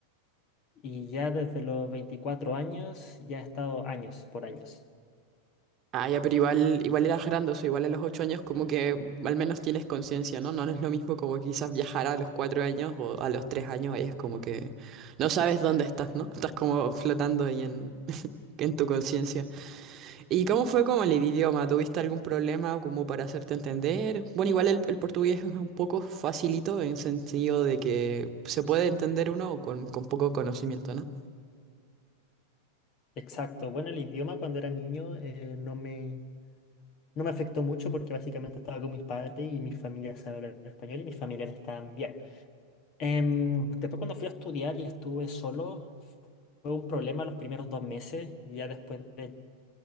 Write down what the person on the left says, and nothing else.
Y ya desde los 24 años, ya he estado años por años.
Exacto. Bueno, el idioma cuando era niño eh, no me, no me afectó mucho porque básicamente estaba con mis padres y mi familia sabe hablar español y mis familiares también. Em, después cuando fui a estudiar y estuve solo, fue un problema los primeros dos meses. y Ya después del